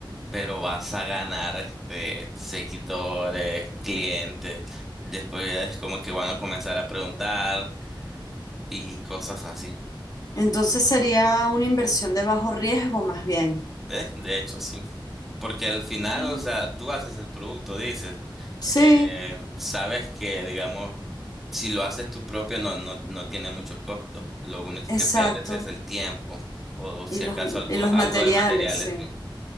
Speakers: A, in the centre; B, on the left.
A: pero vas a ganar este, seguidores, clientes. Después es como que van a comenzar a preguntar. y cosas así.
B: Entonces sería una inversión de bajo riesgo más bien.
A: Eh, de hecho, sí. Porque al final,
B: Mm,
A: o sea, tú haces el producto, dices,
B: Sí,
A: eh, sabes que, digamos, si lo haces tú propio, no, no, no tiene mucho costo. Lo único
B: exacto.
A: que pierdes es el tiempo o
B: Y
A: si
B: los,
A: acaso algo,
B: y los
A: algo
B: materiales,
A: de materiales,
B: sí.
A: sí.